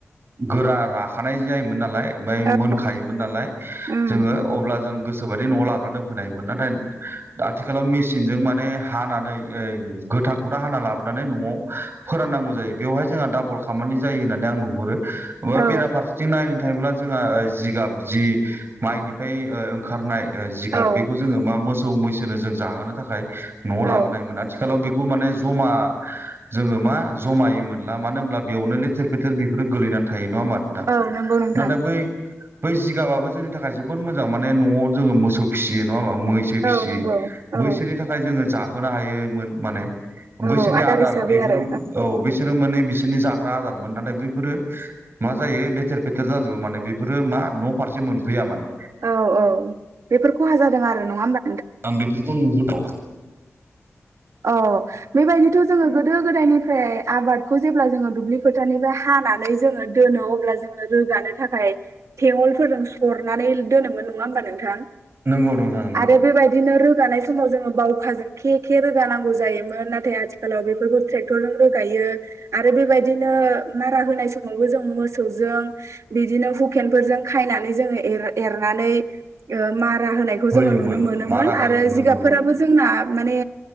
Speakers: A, on the right; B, on the right.
A: गोरा राखानाय जायोमोन नालाय ओमफ्राय
B: औ
A: मोनखायोमोन नालाय
B: उम
A: जोङो अब्ला जों गोसोबायदि न'आव लाबोनानै दोनफैनायायोमोन नाथाय आथिखालाव मेसिनजों माने हानानै ओइ गोथांखौनो हाना लाबोनानै न'आव फोराननांगौ जायो। बेवहाय जोंहा डाबल खामानि जायो होननानै आं नुहुरो ओ
B: औ
A: बेराफारसेथिं नायनो थांङोब्ला जोंहा जिगाब जि माइनिफ्राय ओ ओंखारनाय ओ जिगाब
B: औ
A: बेखौ जोङो मा मोसौ मैसोनो जों जाहोनो थाखाय न'आव
B: औ
A: लाबोनायोमोन आथिखालाव बेखौ खौ माने जमा जोङो मा जमायै मोन मानो होनब्ला बेयावनो लेथेर फेथेर बेफोरो गोलैनानै थायो नङा होमा नोंथां
B: औ नंगौ नोंथां।
A: नाथाय बै बै जिगाबाबो जोंनि थाखाय जोबोद मोजां माने न'आव जोङो मोसौ फिसियो नङा होनबा। मैसो फिसियो
B: औ नंगौ
A: मैसोनि
B: औ
A: थाखाय जोङो जाहोनो हायोमोन माने बैसोरनि
B: औ
A: आदार
B: हिसाबै
A: बेफोर
B: आरो
A: औ बैस माने बिसोरनि जाग्रा आदारमोन नाथाय बैफोरो मा जायो लेथेर फेथेर जाजोबो माने बेफोरो मा न' फारसे मोनफैया माने
B: औ औ बेफोर खहा जादों आरो नङा होनबा।
A: आं बेफोरखौ नुबोदों
B: अ बे बायदिथ जोङो गोदो गोदायनि फ्राय आबादखौ जेब्ला जोङो दुब्लि खोथानिफ्राय हानानै जोङो दोनो अब्ला जोङो रोगानो थाखाय थेंवलफोरजों सरनानै दोनोमोन नङा होमबा नोंथां।
A: नंगौ नोंथां नंगौ
B: आरो बेबायदिनो रोगानाय समाव जोङो बावखाजों खे खे रो रोगानांगौ जायो मोन नाथाय आथिखालाव बेफोरखौ ट्रेक्टर जों रोगायो आरो बेबायदिनो मा होनाय समावबो जों मोसौ जों बिदिनो हुकेनफोरजों खायनानै जोनानै ऐरनानै मारा होनायखौ
A: होयोमोन
B: जोङो नुनो मोनोमोन
A: मारा होयोमोन
B: आरो
A: नंगौ
B: जिगाबफोराबो जोंना माने